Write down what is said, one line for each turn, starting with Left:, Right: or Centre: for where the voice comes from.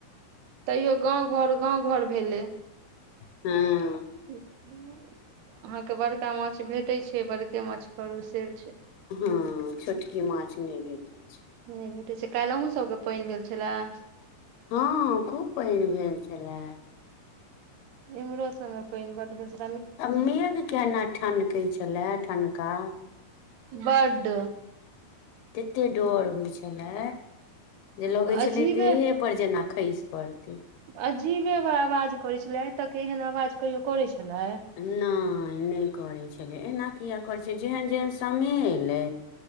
Right: तैयो गाँंव घर गाँंव घर भेले
Left: हँ
Right: अहाँके बड़का माछ भेटैत छै बड़के माछ करू से छै
Left: हँ छोटकी माछ नहि भेटैत छै
Right: नहि भेटैत छै काल्हि अहुँ सबके पानि भेल छलैए
Left: हँ खूब पैन भेल छलए
Right: इमरो सब म पायन बड भेल छलिह
Left: आ मेघ केना ठनकैत छलय ठनका
Right: बड
Left: तते डर होइ छले जे लगे छले
Right: अजीबे
Left: देहे पर जेना खेस पड़ते
Right: अजीबे आवाज करै छले आय तक एहन आवाज कहियो करै छलय
Left: नहि नहि करै छलैय एना किया करै छै जेहन जेहन समय एयलै